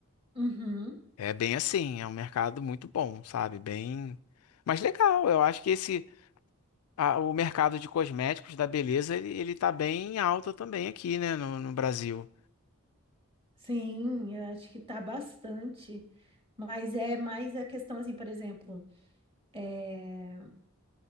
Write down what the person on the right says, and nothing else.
Uhum.
Sim, eu acho que tá bastante. Mas é mais a questão, assim, por exemplo, é,